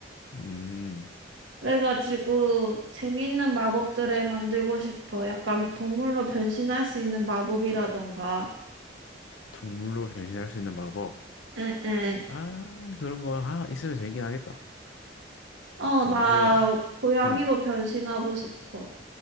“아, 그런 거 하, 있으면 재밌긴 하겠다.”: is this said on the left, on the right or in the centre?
Left